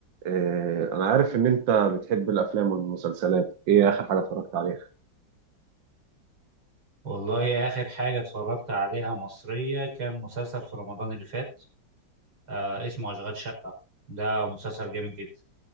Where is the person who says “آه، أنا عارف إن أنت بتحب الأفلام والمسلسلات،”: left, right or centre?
Right